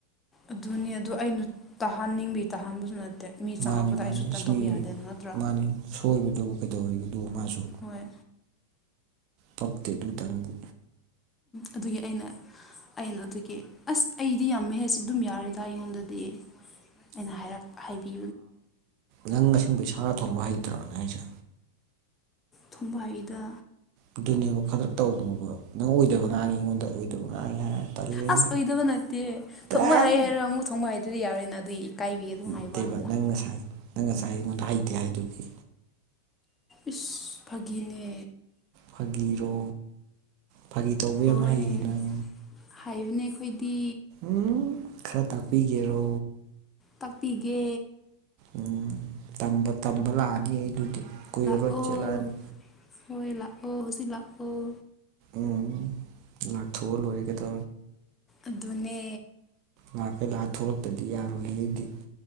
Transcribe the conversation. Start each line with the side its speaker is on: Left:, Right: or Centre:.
Left: ꯑꯗꯨꯅꯤ ꯑꯗꯨ ꯑꯩꯅ ꯇꯥꯍꯟꯅꯤꯡꯕꯤ ꯇꯥꯍꯟꯕꯁꯨ ꯅꯠꯇꯦ ꯃꯤ ꯆꯪꯉꯛꯕꯗ
Right: ꯃꯥꯅꯤ ꯃꯥꯅꯤ
Left: ꯑꯩꯁꯨ ꯇꯟ
Right: ꯏꯁ
Left: ꯇꯧꯕ
Right: ꯃꯤ
Left: ꯌꯥꯗꯦꯅ ꯅꯠꯇ꯭ꯔꯥ
Right: ꯃꯥꯅꯤ ꯁꯣꯏꯕꯗꯨꯕꯨ ꯀꯩꯗꯧꯔꯤꯕꯗꯨ ꯃꯥꯁꯨ
Left: ꯍꯣꯏ
Right: ꯄꯛꯇꯦ ꯑꯗꯨꯇꯪꯕꯨ
Left: ꯑꯗꯨꯒꯤ ꯑꯩꯅ ꯑꯩꯅ ꯑꯗꯨꯒꯤ ꯑꯁ ꯑꯩꯗꯤ ꯌꯥꯝꯃꯦꯍꯦ ꯁꯤ ꯑꯗꯨꯝ ꯌꯥꯔꯦꯗ ꯑꯩꯉꯣꯟꯗꯗꯤ ꯑꯩꯅ ꯍꯥꯏꯔꯛ ꯍꯥꯏꯕꯤ
Right: ꯅꯪꯁꯤꯡꯕꯨ ꯁꯥ ꯊꯣꯡꯕ ꯍꯩꯇ꯭ꯔꯕꯅꯦ ꯍꯥꯏꯁꯦ
Left: ꯊꯣꯡꯕꯥꯏꯗ
Right: ꯑꯗꯨꯅꯦꯕ ꯈꯛꯇꯛ ꯇꯧꯕ ꯅꯪ ꯑꯣꯏꯗꯕ ꯉꯥꯡꯉꯤ ꯑꯩꯉꯣꯟꯗ ꯑꯣꯏꯗꯕ ꯉꯥꯡꯉꯤ ꯍꯥꯏꯅ ꯇꯜꯜꯂꯤ
Left: ꯑꯁ ꯑꯣꯏꯗꯕ ꯅꯠꯇꯦ
Right: ꯇꯥꯏ
Left: ꯊꯣꯡꯕ ꯍꯩ ꯍꯥꯏꯔꯒ ꯑꯃꯨꯛ ꯊꯣꯡꯕ ꯍꯥꯏꯗꯨꯗꯤ ꯌꯥꯔꯣꯏꯅ ꯑꯗꯨꯒꯤ ꯏꯀꯥꯏꯕꯤꯒꯤ ꯑꯗꯨꯝ
Right: ꯅꯠꯇꯦꯕ
Left: ꯍꯥꯏꯕꯋꯥꯅꯤꯗ
Right: ꯅꯪ ꯉꯁꯥꯏ ꯅꯪ ꯉꯁꯥꯏ ꯑꯩꯉꯣꯟꯗ ꯍꯥꯏꯗꯦ ꯍꯥꯏꯗꯨꯗꯤ
Left: ꯏꯁꯁ ꯐꯒꯤꯅꯦ
Right: ꯐꯥꯒꯤꯔꯣ ꯐꯥꯒꯤ ꯇꯧꯕ
Left: ꯍꯣꯏ
Right: ꯌꯥꯝ ꯍꯩꯌꯦ ꯅꯪ
Left: ꯍꯥꯏꯕꯅꯦ ꯑꯩꯈꯣꯏꯗꯤ
Right: ꯎꯝ ꯈꯔ ꯇꯥꯛꯄꯤꯒꯦꯔꯣ
Left: ꯇꯥꯛꯄꯤꯒꯦ
Right: ꯎꯝ ꯇꯝꯕ ꯇꯝꯕ ꯂꯥꯛꯑꯅꯤ ꯑꯩ ꯑꯗꯨꯗꯤ ꯀꯨꯏꯔꯔꯣꯏ
Left: ꯂꯥꯛꯑꯣ
Right: ꯆꯦꯜꯂꯛꯑꯅꯤ
Left: ꯍꯣꯏ ꯂꯥꯛꯑꯣ ꯍꯧꯖꯤꯛ ꯂꯥꯛꯑꯣ
Right: ꯎꯝ ꯂꯥꯛꯊꯣꯛꯑ ꯂꯣꯏꯔꯒꯦꯗ
Left: ꯑꯗꯨꯅꯦ
Right: ꯃꯥꯔ ꯀꯩꯂꯥ ꯊꯣꯛꯂꯛꯇꯗꯤ ꯌꯥꯔꯣꯏ ꯑꯩꯗꯤ